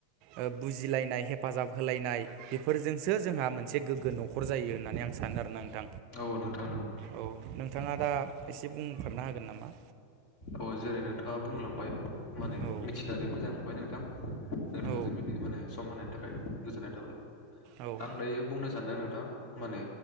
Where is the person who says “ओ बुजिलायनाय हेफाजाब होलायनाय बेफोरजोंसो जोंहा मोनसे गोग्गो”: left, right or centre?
Right